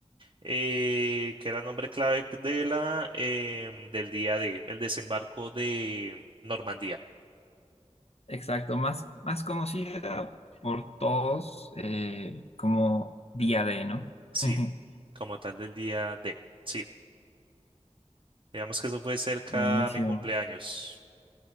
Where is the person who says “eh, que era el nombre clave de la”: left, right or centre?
Right